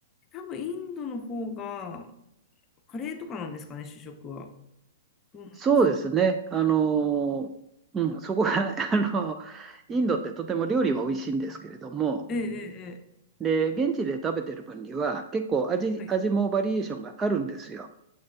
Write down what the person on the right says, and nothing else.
そうですね。あの、うん、そこが、<laughs> あの、インドってとても料理は美味しいんですけれども、
で、現地で食べてる分には結構味、
味もバリエーションがあるんですよ。